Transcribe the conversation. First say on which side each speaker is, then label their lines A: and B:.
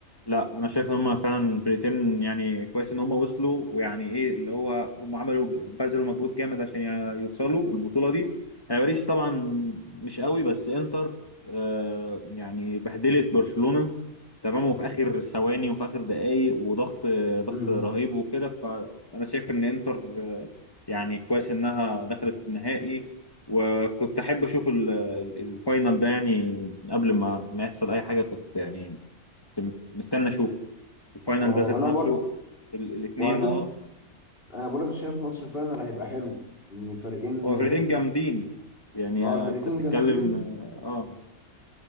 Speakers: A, on the left; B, on the left.
A: لا انا شايف ان هم فعلا الفرقتين يعني كويس ان هم وصلوا ويعني ايه اللي هو هم عملوا بذلوا مجهود جامد عشان يوصلوا البطوله دي آه، باريس طبعا مش قوي بس انتر آه، يعني بهدلت برشلونه تمام وفي اخر ثواني وفي اخر دقائق وضغط ضغط
B: امم
A: رهيب وكده فانا شايف ان انتر آه، يعني كويس انها دخلت النهائي وكنت احب اشوف ال- ال- الفاينل ده يعني قبل ما ما يحصل اي حاجه كنت يعني كنت مستني اشوف الفاينل
B: اه
A: ده ذات
B: انا
A: نفسه
B: برضه
A: الاثنين
B: وعلى فكرة
A: اه
B: انا بقولك شايف ماتش الفاينل هيبقى حلو ان الفريقين
A: هو فرقتين جامدين يعني
B: اه
A: آه،
B: الفريقين
A: انت بتتكلم
B: جامدين
A: اه آه،